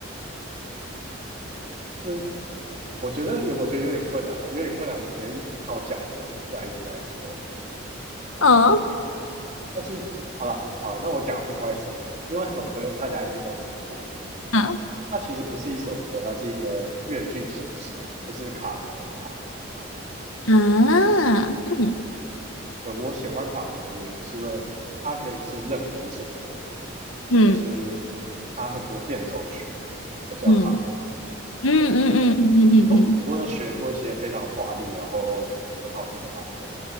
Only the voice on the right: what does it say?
是，我觉得有，我觉得有点困难啊，有点困难，直接靠讲的来来说。
但是好了，好，那我讲另外一首歌，另外一首歌大家一定都听过，
它其实不是一首歌，它是一个越剧形式，就是卡农卡农啊。
呃，我喜欢卡农的原因是因为它可以是任何一首歌，
就是它很多变奏曲都叫卡农。
对，哦，我有学过一些非常华丽，然后很好听的版本。